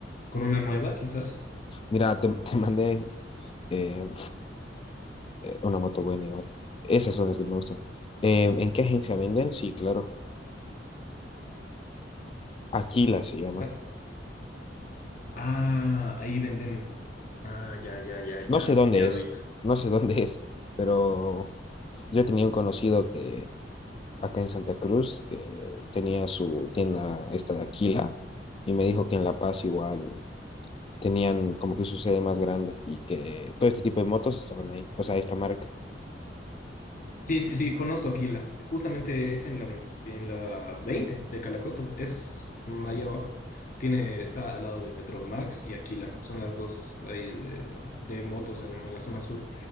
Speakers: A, on the left; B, on the left.
A: con una nueva, quizás.
B: Mira, te, <laughs> te mandé eh, una moto buena igual. Esas son las que me gustan. Eh, ¿en qué agencia venden? Sí, claro. Aquila se llama.
A: Ah, ah, ahí venden. Ah, ya, ya, ya, ya,
B: No sé dónde
A: ya
B: es,
A: ubico.
B: no sé <laughs> dónde es, pero yo tenía un conocido que acá en Santa Cruz, que tenía su tienda esta de Aquila, y me dijo que en La Paz igual tenían como que su sede más grande y que todo este tipo de motos estaban ahí, o sea, esta marca.
A: Sí, sí, sí, conozco Aquila. Justamente es en la 20 en la 20 de Calacoto. Es mm, ahí abajo. Tiene, está al lado de Petrolmax y Aquila. Son las dos ahí de, de- de motos en, en la zona sur.